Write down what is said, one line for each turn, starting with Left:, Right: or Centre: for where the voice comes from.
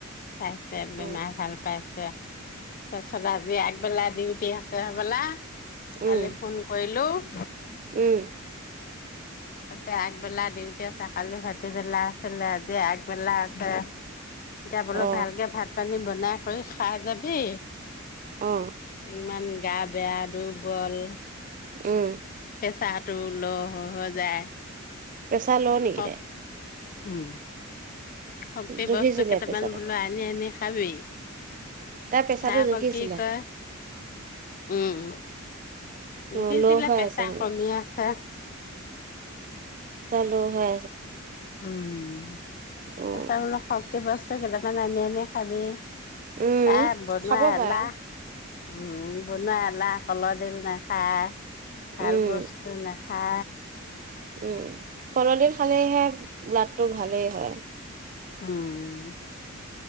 Left: পাইছে। বেমাৰ
Right: উম
Left: ভাল পাইছে। তে, তাৰপিছতে আজি আগবেলা ডিউটি আছে হ'বলা।
Right: উম
Left: কালি ফোন কৰিলোঁ। <inaudible>
Right: উম।
Left: কছে আগবেলা ডউটি আছে, কালি ভতিবেলা আছিলে, আজি আগবেলা আছে। যাবলৈ
Right: অ
Left: ভালকে ভাত তহঁতি বনাই কৰি খাই যাবি।
Right: অ'
Left: ইমান গা বেয়া, দুৰ্বল
Right: উম
Left: পেচাৰত টো লোৰ হৈ হৈ যায়।
Right: প্ৰেচাৰ লোৰ নেকি
Left: শক
Right: তাই?
Left: উম। শক্তি
Right: জুখিছিলে
Left: বস্তু কেইটামান
Right: প্ৰেছাৰটো
Left: বোলোঁ আনি আনি খাবি
Right: তাই প্ৰেছাৰটো
Left: খায় আক
Right: জুখিছিলে
Left: উঠি কি কয় উম
Right: অ',
Left: জোখিছিলে
Right: ল' হৈ
Left: পেচা
Right: আছে মানে
Left: কমি আছে।
Right: লো হয়ে
Left: উম
Right: অ',
Left: তাপা অলপ শক্তি পাইছে তই কেইটামান আনি আনি খাবি
Right: উম,
Left: তাই বনুৱা
Right: খাব
Left: এলাহ
Right: পাৰে।
Left: উম বনোৱা এলাহ কলহ দিল নেখাই ভাল
Right: উম,
Left: বস্তু নাস হা
Right: উম কলডিল খালেহে ব্লাড সেটো ভালেই হয়
Left: উম